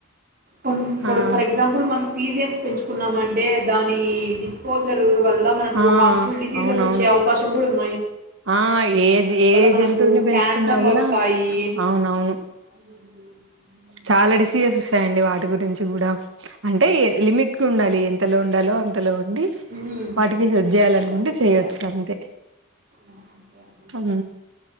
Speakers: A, on the right (about 45°); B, on the right (about 65°).
A: కొ ఇప్పుడు
B: ఆ!
A: ఫర్ ఎగ్జాంపుల్ మనం పీజిఎమ్స్ పెంచుకున్నామ అంటే దాని డి ర్ వల్ మనకు
B: ఆ
A: హార్మ్ ఫుల్ డిసీజెస్
B: అవునవును
A: వచ్చే అవకాశం కూడా ఉ
B: ఆ ఏది ఏ
A: మనకు
B: జంతువుని పెంచుకున్నా
A: క్యాన్సర్లు
B: కూడా
A: వస్తాయి
B: అవునవును
A: అవునండి. ఉమ్.
B: చాలా డిసీజ వస్తాయండి వాటి గురించి కూడా అంటే లిమిట్గా ఉండాలి ఎంతలో ఉండాలో అంతలో ఉ
A: హ్మ్
B: వాటికి సెబ్
A: అవునండి
B: చేయాలనుకుంటే
A: కరెక్ట్
B: చేయొచ్చు
A: చెప్పారు
B: అంతే
A: ఆ! అంతే అండి
B: అ